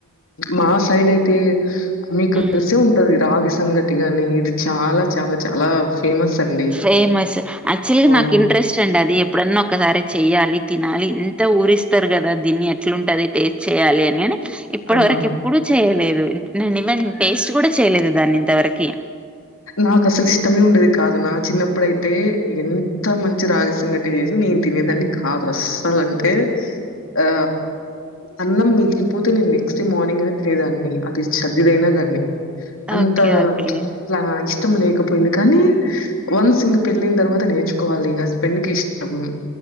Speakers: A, on the left (about 65°); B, in the centre.
A: మా సైడ్ అయితే మీకు
B: హ్మ్
A: తెలిసే ఉంటది రాగి సంగటి కానీ ఇది చాలా చాలా చాలా ఫేమస్ అండి
B: ఫేమస్ ఆక్చువల్ గ
A: అవును.
B: నాకు ఇంట్రెస్ట్ అండి అది ఇప్పుడన్న ఒకసారి చెయ్యాలి తినాలి ఎంత ఊరిస్తారు కదా దీన్ని ఎట్లాంటది టేస్ట్ చేయ్యాలి అని అని ఇప్పటి
A: ఆ!
B: వరకు ఎప్పుడు చేయలేదు నేను ఇవెన్ టేస్ట్ కూడా చేయలేదు దాన్ని ఇంతవరకి
A: నాకు అసలు ఇష్టమే ఉండేది కాదు నా చిన్నప్పుడయితే ఎంత మంచి రాగసంగటి చేసినా నేను తినేదాన్ని కాదు అస్సలు అంటే ఆ అన్నం మిగిలిపోతే నేను నెక్స్ట్ డే మార్నింగ్ అయినా తినేదాన్ని అది చదిదైనాగాని అంతా
B: ఓకే ఓకే
A: అట్లా ఇష్టం లేకపోయింది కానీ వన్స్ ఇంకా పెళ్లయిన తర్వాత నేర్చుకోవాలి హస్బెండ్ కి ఇష్టం